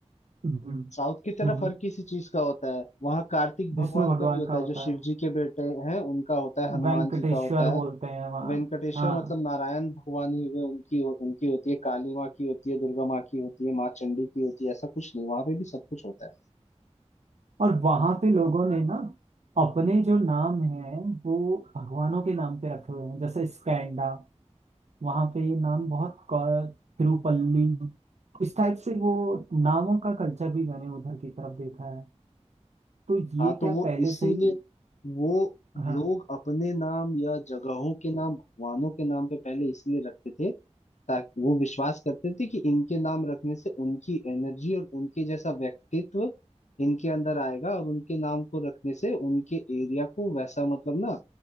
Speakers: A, on the right; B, on the left.
A: हम्म,
B: साउथ की तरफ
A: हम्म,
B: हर किसी चीज का होता है वहाँ कार्तिक भगवान
A: विष्णु भगवान
B: का भी होता
A: का होता
B: है जो शिव जी के बेटे हैं उनका होता है
A: है
B: हनुमान
A: वेंकटेश्वर
B: जी का होता है
A: बोलते हैं वहाँ
B: वेंकटेश्वर
A: हाँ
B: मतलब नारायण भगवान ही हुए उनकी हो, उनकी होती है काली माँ की होती है दुर्गा माँ की होती है माँ चंडी की होती है ऐसा कुछ नहीं वहां पे भी सब कुछ होता
A: और वहां पे लोगों ने ना अपने जो नाम है वो भगवानों के नाम पे रखे हुए हैं जैसे स्कैंडा वहां पे ये नाम बहुत क- तिरुपल्ली इस टाइप से वो
B: है
A: नामों का कल्चर भी मैंने उधर की तरफ देखा है तो
B: हाँ
A: ये
B: तो
A: क्या
B: वो
A: पहले
B: इसीलिए
A: से ही
B: वो
A: हाँ
B: लोग अपने नाम या जगहों के नाम भगवानों के नाम पे पहले इसलिए रखते थे ताकि वो विश्वास करते थे कि इनके नाम रखने से उनकी एनर्जी और उनके जैसा व्यक्तित्व इनके अंदर आएगा और उनके नाम को रखने से उनके एरिया को वैसा मतलब ना